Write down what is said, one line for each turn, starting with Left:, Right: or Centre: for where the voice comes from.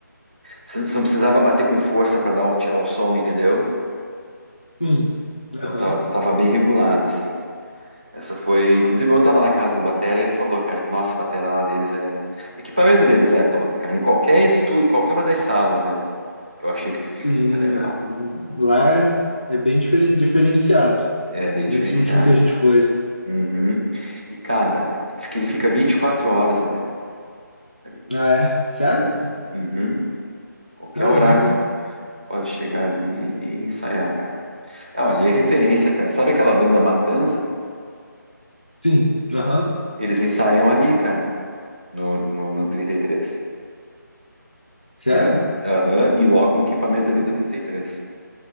Right: Você você não precisava bater com força para dar o- tirar o som, entendeu?
Left: Sim.
Right: Então
Left: Aham.
Right: tava, tava bem regulado, assim. Essa foi. Inclusive, eu tava na casa do Batera, ele falou, cara, que nossa, a batera lá deles é. O equipamento deles é top, cara. Em qualquer estúdio, qualquer uma das salas, né? Eu achei que fica,
Left: Sim,
Right: fica legal.
Left: é. Lá é, é bem difer- diferenciado.
Right: É bem diferenciado.
Left: Nesse último que a gente foi. né?
Right: Uhum. E, cara, diz que ele fica 24 horas aberto. ali.
Left: Ah, é? Sério?
Right: Hum, Uhum. Qualquer
Left: Caramba.
Right: horário você pode chegar ali e ensaiar, cara. Ah, ali é referência, cara. Sabe aquela banda Matanza?
Left: Sim. Aham.
Right: Eles ensaiam ali, cara. no, no, no 33. E, três.
Left: Sério?
Right: E, a, aham, e loca o equipamento ali do trinta e três